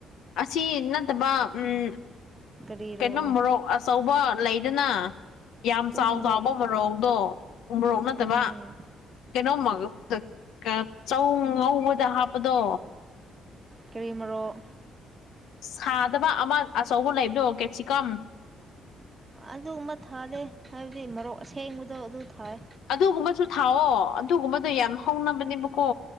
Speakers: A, on the left; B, on the right.
A: ꯑꯁꯤ ꯅꯠꯇꯕ ꯎꯝ
B: ꯀꯔꯤꯔꯣ
A: ꯀꯩꯅꯣꯝ ꯃꯣꯔꯣꯛ ꯑꯆꯧꯕ ꯂꯩꯗꯅ ꯌꯥꯝ ꯆꯥꯎ
B: ꯎ ꯃꯣꯔꯣꯛ
A: ꯆꯥꯎꯕ ꯃꯣꯔꯣꯛꯗꯣ ꯎ ꯃꯣꯔꯣꯛ ꯅꯠꯇꯕ
B: ꯎꯝ
A: ꯀꯩꯅꯣꯝꯃ <unintelligible> ꯆꯧ ꯉꯧꯕꯗ ꯍꯥꯞꯄꯗꯣ
B: ꯀ꯭ꯔꯤꯃꯔꯣꯛ
A: ꯁꯥꯗꯕ ꯑꯃ ꯑꯆꯧꯕ ꯂꯩꯕ꯭ꯔꯣ ꯀꯦꯞꯁꯤꯀꯝ
B: ꯑꯗꯨ ꯒꯨꯃ ꯊꯥꯗꯦ ꯍꯥꯏꯕꯗꯤ ꯃꯔꯣꯛ ꯑꯁꯦꯡꯕꯗꯣ ꯑꯗꯨ ꯊꯥꯏ
A: ꯑꯗꯨꯒꯨꯝꯕꯁꯨ ꯊꯥꯎꯑꯣ ꯑꯗꯨꯒꯨꯝꯕꯗꯣ ꯌꯥꯝ ꯍꯧꯅꯕꯅꯦꯕꯀꯣ